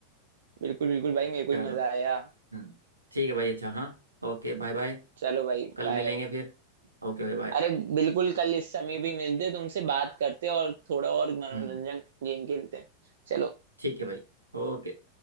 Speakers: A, on the right; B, on the right.
A: बिल्कुल बिल्कुल भाई मेरे को
B: चलो
A: भी मजा आया
B: हम्म ठीक है भाई अच्छा हाँ Okay bye bye
A: चलो भाई
B: कल
A: बाय
B: मिलेंगे फिर ओके भाई बाय
A: अरे बिल्कुल कल इस समय भी मिलते तुमसे बात करते और थोड़ा और मनोरंजन
B: हम्म
A: गेम खेलते हैं चलो
B: ठीक है भाई ओके